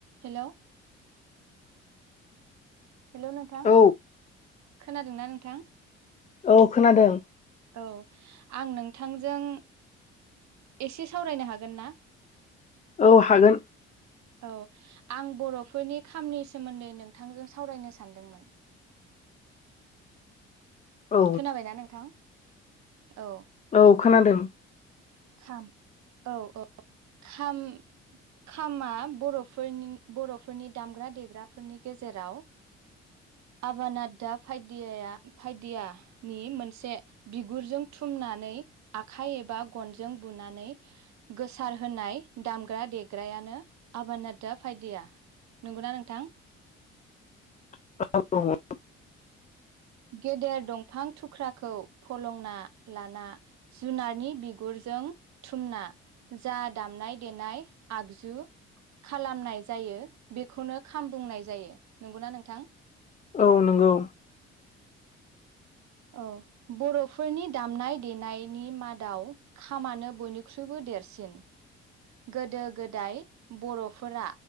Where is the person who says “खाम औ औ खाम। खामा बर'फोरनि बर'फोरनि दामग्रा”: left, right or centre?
Right